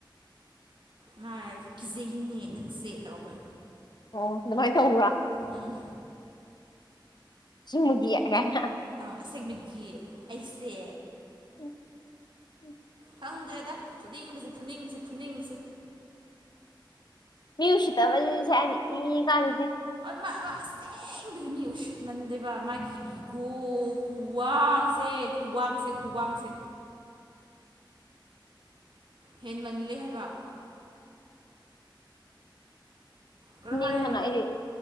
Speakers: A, on the right; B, on the left.
A: ꯃꯥ ꯀꯤꯖꯩꯒꯤꯅꯦ ꯅꯪꯁꯦ ꯇꯧꯔꯛꯈ
B: ꯑꯣ ꯑꯗꯨꯃꯥꯏꯅ ꯇꯧꯕ꯭ꯔꯥ
A: ꯎꯝ
B: ꯁꯤꯃꯨꯒꯌꯥ ꯀ
A: ꯑꯥ ꯑꯁꯦꯡꯕꯤꯒꯤ ꯑꯩꯁꯦ
B: ꯎꯝ ꯎꯝ
A: ꯀꯪꯗ꯭ꯔꯦꯗ ꯐꯨꯅꯤꯡꯕꯁꯦ ꯐꯨꯅꯤꯡꯕꯁꯦ ꯐꯨꯅꯤꯡꯕꯁꯦ
B: ꯃꯤ ꯎ ꯎꯆ ꯇꯕ ꯁꯅꯤ ꯀꯥꯟꯗꯦ
A: ꯑꯣ ꯃꯥꯁꯇꯦ ꯒꯤ ꯃꯤ ꯎꯁꯤꯠꯃꯟꯗꯦꯕ ꯃꯥꯒꯤ ꯏꯒꯣ ꯈꯨꯋꯥꯡꯁꯦ ꯈꯨꯋꯥꯡꯁꯦ ꯈꯨꯋꯥꯡ ꯊꯥꯡꯁꯤ ꯍꯦꯟꯃꯜꯂꯦ ꯍꯥꯏꯕ ꯀꯔꯝꯍꯥꯏꯅ
B: ꯅꯤꯡꯕꯅ ꯑꯩꯗꯤ